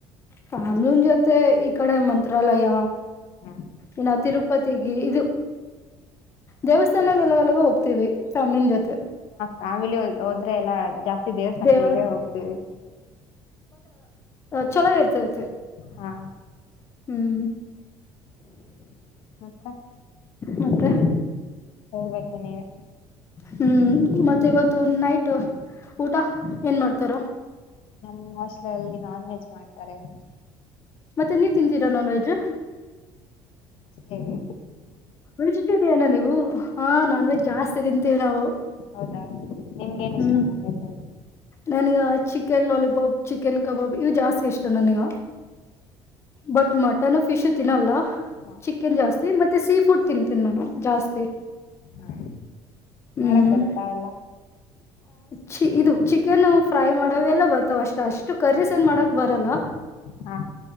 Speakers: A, on the left (about 30°); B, on the left (about 70°).
A: ಫ್ಯಾಮ್ಲಿನ್ ಜೊತೆ ಈ ಕಡೆ ಮಂತ್ರಾಲಯ
B: ಹ್ಮ್
A: ಇನ್ನ ತಿರುಪತಿಗೆ ಇದು. ದೇವಸ್ಥಾನದ ಎಲ್ಲ ಎಲಗ ಹೋಗ್ತೀವಿ. ಫ್ಯಾಮಿಲಿ ಜೊತೆ.
B: ಫಾಮಿ. <unintelligible> ಹತ್ರ ಎಲ್ಲಾ ಜಾಸ್ತಿ ದೇವಸ್ಥಾನಗಳಿಗೆ
A: ದೇವ
B: ಹೋಗ್ತೀವಿ.
A: ಚೆನ್ನಾಗಿ ಇರ್ತೈತೆ.
B: ಹಾ
A: ಹ್ಮ್.
B: ಮತ್ತೆ.
A: ಮತ್ತೆ.
B: ಹೇಳ್ಬೇಕು ನೀವೇ
A: ಹ್ಮ್ ಮತ್ತೆ ಇವತ್ತು ನೈಟ್ ಊಟ ಏನ್ ಮಾಡ್ತಾರ.
B: ನಮ್ ಹಾಸ್ಟ್ಲಲ್ಲಿ ನಾನ್ ವೆಜ್ ಮಾಡ್ತಾರೆ ಇವತ್ತು.
A: ಮತ್ತೆ ನೀವ್ ತಿಂತೀರಾ ನಾನ್ ವೆಜ್ಜ್.
B: ಸ್ಮ ನಿ.
A: ವೆಜಿಟೇರಿಯನ ನೀವು ಹಾ ನಾನ್ ವೆಜ್ ಜಾಸ್ತಿ ತಿಂತೀವಿ ನಾವು.
B: ಹೌದಾ ನಿಮ್ಗೇನ್ ಇಷ್ಟ
A: ಹ್ಮ್
B: ನೈಸಲ್ಲಿ.
A: ನನಗ ಚಿಕನ್ ಲಾಲಿಪಾಪ್ ಚಿಕನ್ ಕಬಾಬ್ ಇ ಜಾಸ್ತಿ ಇಷ್ಟ ನನಗ ಬಟ್ ಮಟನ್ ಫಿಶ್ ತಿನ್ನಲ್ಲ
B: ಹಾ
A: ಚಿಕನ್ ಜಾಸ್ತಿ ಮತ್ತೆ ಸೀ ಫುಡ್. ತಿಂತೀನ್ ನಾನು ಜಾಸ್ತಿ.
B: ಹಾ
A: ಹ್ಮ್
B: ಮಾಡಕ್ ಬರತ್ತಾ ಎಲ್ಲ.
A: ಚ ಇದು ಚಿಕನ್ ಫ್ರೈ ಮಾಡೋವೆೆಲ್ಲ ಬರ್ತಾವ ಅಷ್ಟ ಅಷ್ಟು ಕರೀಸ್ ಏನ್ ಮಾಡಕ್ ಬರಲ್ಲ
B: ಹಾ